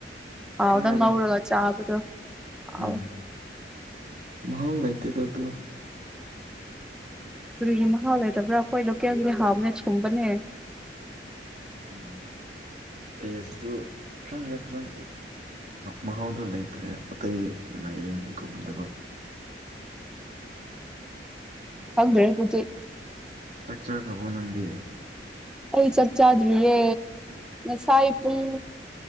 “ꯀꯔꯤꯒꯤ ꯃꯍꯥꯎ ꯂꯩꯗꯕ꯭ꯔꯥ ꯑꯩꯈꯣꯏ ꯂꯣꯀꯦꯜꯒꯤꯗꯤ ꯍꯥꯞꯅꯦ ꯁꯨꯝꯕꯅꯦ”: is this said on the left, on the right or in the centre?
Centre